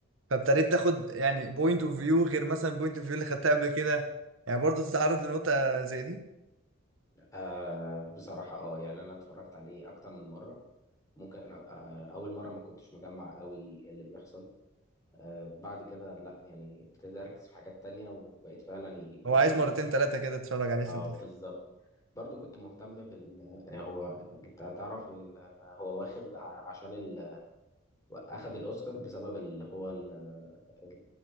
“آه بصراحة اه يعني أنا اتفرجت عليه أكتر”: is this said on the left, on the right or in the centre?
Left